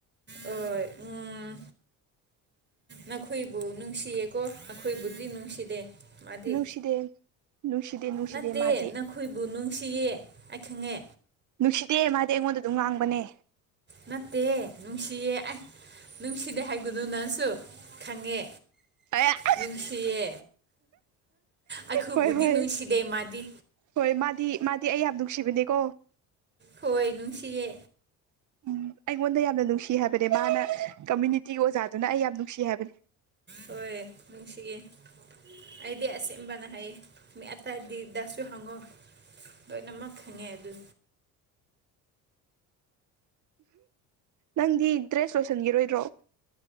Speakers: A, on the right (about 25°); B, on the right (about 50°).
A: ꯍꯣꯢ ꯎꯝ ꯅꯈꯣꯏꯕꯨ ꯅꯨꯡꯁꯤꯌꯦꯀꯣ ꯑꯩꯈꯣꯏꯕꯨꯗꯤ ꯅꯨꯡꯁꯤꯗꯦ ꯃꯥꯗꯤ
B: ꯅꯨꯡꯁꯤꯗꯦ ꯅꯨꯡꯁꯤꯗꯦ ꯅꯨꯡꯁꯤꯗꯦ
A: ꯅꯠꯇꯦ
B: ꯃꯥꯗꯤ
A: ꯅꯈꯣꯏꯕꯨ ꯅꯨꯡꯁꯤꯌꯦ ꯑꯩ ꯈꯪꯉꯦ
B: ꯅꯨꯡꯁꯤꯗꯦ ꯃꯥꯗꯤ ꯑꯩꯉꯣꯟꯗ ꯑꯗꯨꯝ ꯉꯥꯡꯕꯅꯦ
A: ꯅꯠꯇꯦ ꯅꯨꯡꯁꯤꯌꯦ ꯑꯩ ꯅꯨꯡꯁꯤꯗꯦ ꯍꯥꯏꯒꯨꯅꯨ ꯅꯪꯁꯨ ꯈꯪꯉꯦ
B: <unintelligible>
A: ꯅꯨꯡꯁꯤꯌꯦ ꯑꯩꯈꯣꯏꯕꯨꯗꯤ
B: ꯍꯣꯏ ꯍꯣꯏ
A: ꯅꯨꯡꯁꯤꯗꯦ ꯃꯥꯗꯤ
B: ꯍꯣꯏ ꯃꯥꯗꯤ ꯃꯥꯗꯤ ꯑꯩ ꯌꯥꯝ ꯅꯨꯡꯁꯤꯕꯅꯦꯀꯣ
A: ꯍꯣꯏ ꯅꯨꯡꯁꯤꯌꯦ
B: ꯎꯝ ꯑꯩꯉꯣꯟꯗ ꯌꯥꯝꯅ ꯅꯨꯡꯁꯤ ꯍꯥꯏꯕꯅꯦ ꯃꯥꯅ ꯀꯝꯃꯌꯨꯅꯤꯇꯤꯒꯤ ꯑꯣꯖꯥꯗꯨꯅ ꯑꯩ ꯌꯥꯝ ꯅꯨꯡꯁꯤ ꯍꯥꯏꯕꯅꯦ
A: ꯍꯣꯏ ꯅꯨꯡꯁꯤꯌꯦ ꯑꯩꯗꯤ ꯑꯁꯦꯡꯕꯅ ꯍꯥꯏꯌꯦ ꯃꯤ ꯑꯥꯏꯇꯩꯗꯁꯨ ꯍꯪꯉꯨ ꯂꯣꯏꯅꯃꯛ ꯈꯪꯉꯦ ꯑꯗꯨ
B: ꯅꯪꯗꯤ ꯗ꯭ꯔꯦꯁ ꯂꯣꯏꯁꯤꯟꯈꯤꯔꯣꯏꯗ꯭ꯔꯣ